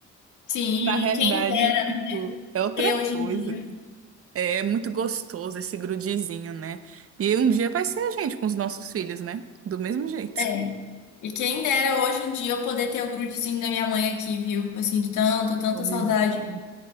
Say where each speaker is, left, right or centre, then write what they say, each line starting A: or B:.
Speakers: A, on the left (about 80°); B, on the right (about 50°).
A: Sim,
B: Na realidade,
A: e quem dera
B: tipo, é outra
A: ter hoje
B: coisa.
A: em dia.
B: É é muito gostoso esse grudizinho, né? E um dia vai ser a gente com os nossos filhos, né? Do mesmo jeito.
A: É. E quem dera hoje em dia eu poder ter o grudezinho da minha mãe aqui, viu? Eu sinto tanta, tanta
B: Pois
A: saudade.
B: é.